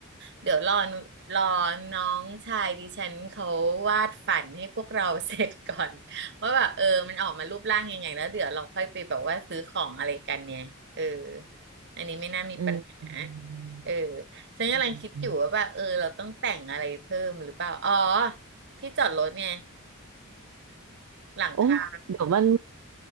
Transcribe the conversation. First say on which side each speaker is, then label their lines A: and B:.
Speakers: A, on the right (about 55°); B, on the right (about 75°).
A: เดี๋ยวรอนุรอน้องชายดิฉันเขาวาดฝันให้พวกเราเสร็จก่อน <laughs> ว่าแบบเออมันออกมารูปร่างยังไงแล้วเดี๋ยวเราค่อยไปแบบว่าซื้อของอะไรกันเนี่ยเอออันนี้ไม่น่ามีปัญหา
B: อืมอื
A: เออ
B: ม
A: ฉันกำลังคิดอยู่ว่าแบบเออเราต้องแต่งอะไรเพิ่มหรือเปล่าอ๋อ
B: อืมอ
A: ที่จอดรถไงหลังคา
B: โอ้เดี๋ยวมัน